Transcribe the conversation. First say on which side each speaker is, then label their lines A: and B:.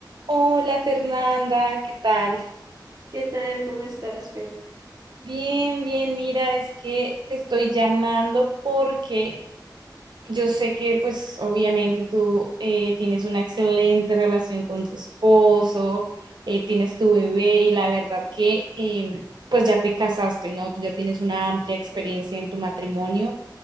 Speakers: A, on the right (about 70°); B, on the right (about 55°).
A: Hola Fernanda, ¿qué tal?
B: ¿Qué tal? ¿Cómo estás, Fer?
A: Bien, bien, mira, es que te estoy llamando porque yo sé que pues obviamente tú eh, tienes una excelente relación con tu esposo, eh, tienes tu bebé y la verdad que eh, pues ya te casaste, ¿no? Tú ya tienes una amplia experiencia en tu matrimonio